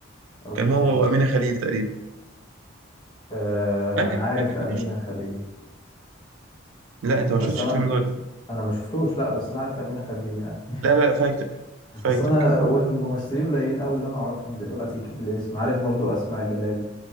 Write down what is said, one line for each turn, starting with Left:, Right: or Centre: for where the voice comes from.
Left: اوكي
Right: كان هو وامينه خليل تقريبا
Left: آه
Right: فاكر
Left: انا عارف
Right: فاكر فيلم
Left: امينه
Right: وش
Left: خليل
Right: لا انت ما
Left: بس
Right: شفتش
Left: انا
Right: الفيلم ده ولا إيه؟
Left: انا ما شفتوش لا بس انا عارف امينه خليل يعني
Right: لا لا لا، فايتك
Left: <laughs>
Right: فايتك
Left: بس انا هو ممثلين قليلين قوي اللي انا اعرفهم دلوقتي بالاسم عارف برضو اسماء جلال